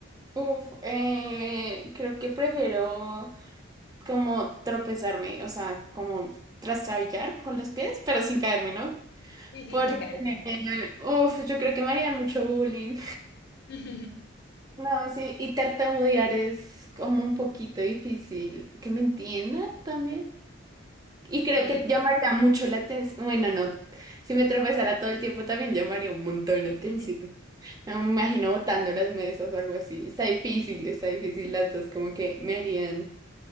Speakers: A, on the right; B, on the left.
A: Uf, eh, creo que prefiero como tropezarme, o sea, como trastabillar con los pies, pero sin caerme, ¿no?
B: Sí, sí,
A: Porque
B: sin caerte.
A: Uf, yo creo que me harían mucho bullying.
B: <laughs>
A: No, sí, y tartamudear es como un poquito difícil que me entiendan también. Y creo
B: Sí,
A: que llamaría mucho la atención. Bueno, no, si me tropezara todo el tiempo también llamaría un montón
B: <laughs>
A: la atención. No, me imagino botando las mesas o algo así. Está difícil, está difícil. Las dos como que me harían